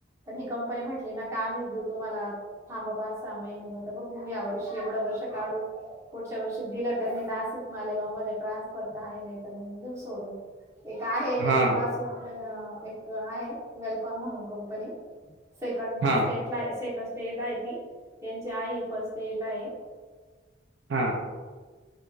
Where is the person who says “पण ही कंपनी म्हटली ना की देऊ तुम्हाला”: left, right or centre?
Right